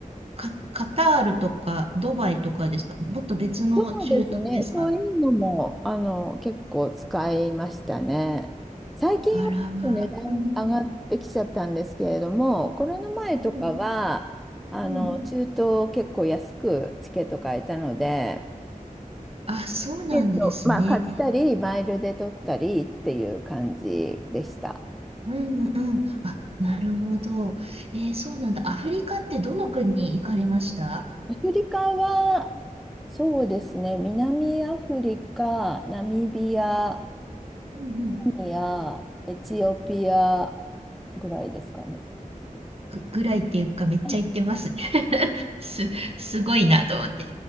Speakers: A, on the right; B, in the centre.
A: カ、カタールとかドバイとかですかもっと別の中東ですか
B: そうですね。そういうのも、あの、結構使いましたね。最近はちょっと値段上がってきちゃったんですけれども、
A: あらまあ、うんうん、
B: コロナ前とかは、
A: うん
B: あの、
A: うん。
B: 中東結構安くチケット買えたので、
A: あ、そうなんですね。
B: チケット、まあ、買ったり、マイルで取ったりっていう感じでした。
A: うんうん。あ、なるほど。えーそうなんだ。アフリカってどの国に行かれました
B: アフリカは、そうですね、南アフリカ、ナミビア、
A: うんうん。
B: ニア、エチオピアぐらいですかね。
A: ぐ、ぐらいっていうかめっちゃ行ってます。
B: うん
A: <laughs> す、すごいなと思って。